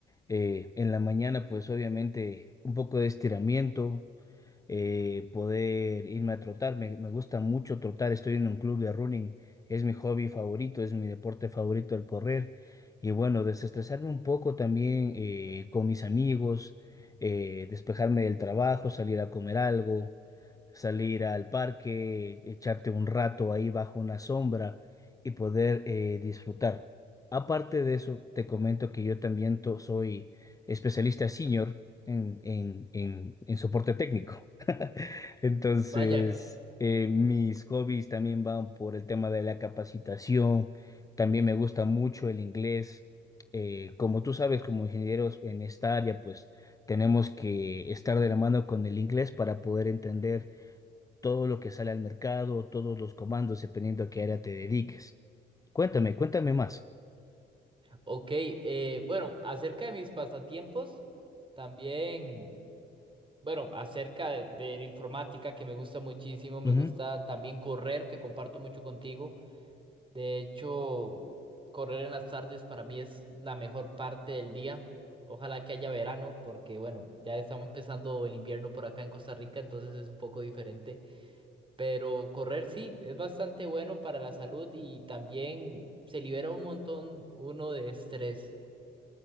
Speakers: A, on the left (about 15°); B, on the right (about 25°).
A: eh, en la mañana pues obviamente un poco de estiramiento, eh, poder irme a trotar. Me, me gusta mucho trotar, estoy en un club de running, es mi hobby favorito, es mi deporte favorito el correr. Y bueno, desestresarme un poco también eh, con mis amigos, eh, despejarme del trabajo, salir a comer algo, salir al parque, echarte un rato ahí bajo una sombra y poder eh, disfrutar. Aparte de eso, te comento que yo también to- soy especialista senior en, en, en, en soporte técnico. Entonces,
B: Vaya,
A: eh, mis hobbies también van por el tema de la capacitación. También me gusta mucho el inglés. Eh, como tú sabes, como ingenieros en esta área, pues tenemos que estar de la mano con el inglés para poder entender todo lo que sale al mercado, todos los comandos, dependiendo a qué área te dediques. Cuéntame, cuéntame más.
B: ok. eh, bueno, acerca de mis pasatiempos, también, bueno, acerca de, de la informática que me gusta muchísimo, me
A: Ujú,
B: gusta también correr, que comparto mucho contigo. De hecho, correr en las tardes para mí es la mejor parte del día. Ojalá que haya verano, porque bueno, ya estamos empezando el invierno por acá en Costa Rica, entonces es un poco diferente. Pero correr sí, es bastante bueno para la salud y también se libera un montón uno de estrés.